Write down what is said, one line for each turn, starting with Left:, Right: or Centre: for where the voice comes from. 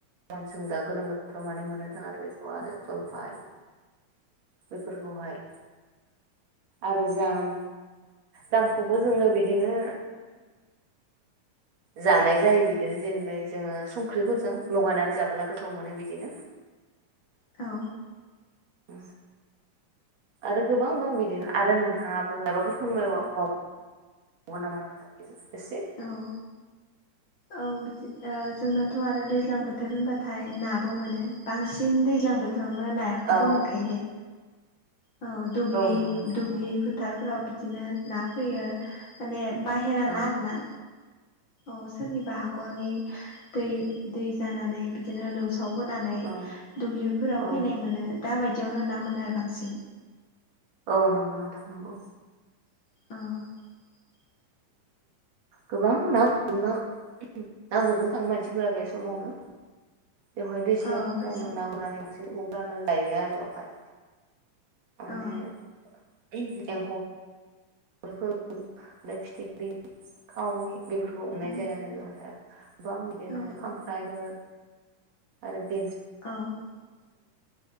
Right: मान जों दा गोलोम बोथोराव माने मोननो थाङ आरो बेखौ आरो जलफाय बेफोरखौहाय आरो जाम जामखौबो जोङो बिदिनो जानाय जायो बिदिनो जेनलाय जोङो संख्रिफोरजों लगायनानै जाबोला गोथाव मोनो बिदिनो
Left: औ
Right: उ आरो गोबां दं बिदिनो आरो नोंथाङाबो माबाफोर फोरायबाव हगौ नामा नोंथांयो ए
Left: औ औ बिदि जोंनाथ' आरो दैज्लां बोथोर होनबाथाय नाबो मोनो बांसिन दैज्लां बोथोर बेावनो नायाखखौबो
Right: औ
Left: मोनखायो दे औ दुब
Right: नंगौ नोंथां
Left: दुब्लि
Right: नंगौ
Left: फोथारफोराव बिदिनो ना फैयो माने बाहेर
Right: औ
Left: ना आर ना औ सोरनिबा हाखरनि दै दै जानानै बिदिनो लौ ाव बोनानै
Right: औ
Left: दुब्लिफोराव
Right: औ
Left: फैनाय मोनो द बायदि खाथियावनो ना मोनो आरो बांसिन
Right: औ नंगौन' थानगौ
Left: <unintelligible>
Right: गोबां ना हनो ना गुरनो थाङो मानसिफोरा बे समावनो बेवहाय दैज्लां
Left: औ
Right: समावनो
Left: बे
Right: नागुरनानै मोनांसे उं राननानै लायो आरो बेवहाय
Left: औ
Right: म ए गुरफोर ओम फिथिख्रि खावै बेफोरखौ अननाय
Left: उम
Right: जायो आरो बेवाया गोबां बिदिनो
Left: औ
Right: खांख्रायफोर आरो बे
Left: औ औ